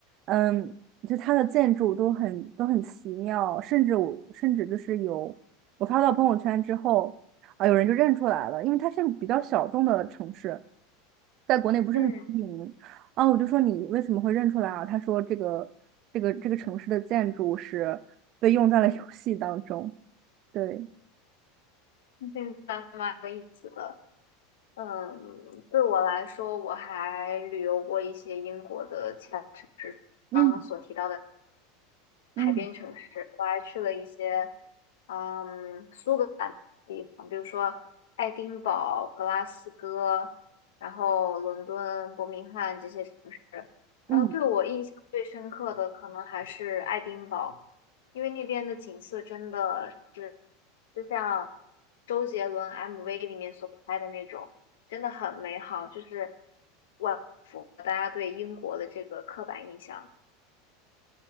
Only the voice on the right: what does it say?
嗯，就它的建筑都很都很奇妙，甚至我甚至就是有我发到朋友圈之后，啊，有人就认出来了，因为它是个比较小众的城市，在国内不是很出名。
啊，我就说你为什么会认出来啊？他说这个这个这个城市的建筑是被用在了游戏当中。对，
嗯
嗯
嗯，